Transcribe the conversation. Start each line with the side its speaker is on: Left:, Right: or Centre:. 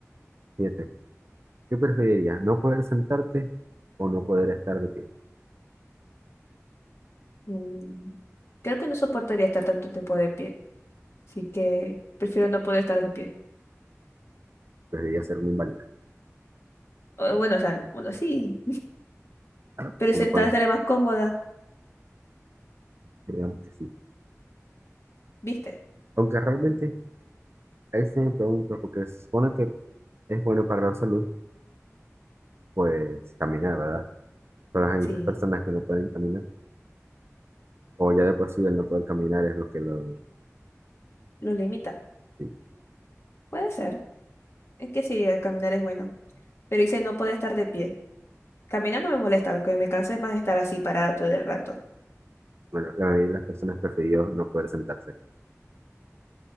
Right: Siete. ¿Qué preferirías? ¿No poder sentarte o no poder estar de pie?
Left: Mm, Creo que no soportaría estar tanto tiempo de pie. Así que prefiero no poder estar de pie.
Right: Preferiría ser un inválido.
Left: O, bueno, o sea, uno sí,
Right: Porque
Left: pero
Right: si
Left: sentada
Right: no puedes,
Left: estaré más cómoda,
Right: digamos que sí.
Left: ¿viste?
Right: Aunque realmente, ahí sí me pregunto, porque se supone que es bueno para la salud, pues caminar, ¿verdad? Pero hay
Left: Sí,
Right: esas personas que no pueden caminar, o ya de por sí el no poder caminar es lo que lo...
Left: lo limita.
Right: sí.
Left: Puede ser. Es que sí, el caminar es bueno. Pero dice no poder estar de pie. Caminar no me molesta, lo que me cansa es más estar así parada todo el rato.
Right: Bueno, la mayoría de las personas prefirió no poder sentarse.